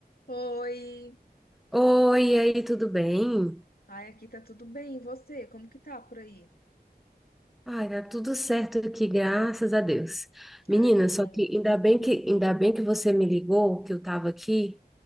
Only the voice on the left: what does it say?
Oi!
Ai, aqui tá tudo bem. E você? Como que tá por aí?
Ai, que bom.
Hum.